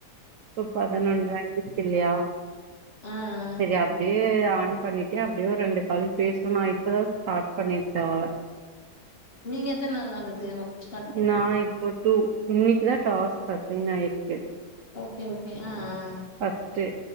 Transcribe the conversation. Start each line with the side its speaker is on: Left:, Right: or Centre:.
Right: இப்ப பதினொன்ற
Left: சேரி
Right: ஆயிடுச்சு இல்லையா
Left: ஆ ஆ
Right: சரி அப்டியே ஆண் பண்ணிட்டே அப்டியே ஒரு ரெண்டு கல் பேச நா இப்பதா ஸ்டார்ட் பண்ணிக் ரவா
Left: நீங்க எத்த நாள் ஆகுது ஒர்க் ஸ்டார்ட் பண்ணி
Right: நா இப்போ டு மினி இதா டாஸ் அசைன் ஆயிருக்கு
Left: ஓகே ஓகே ஆ அ
Right: ஃபஸ்டு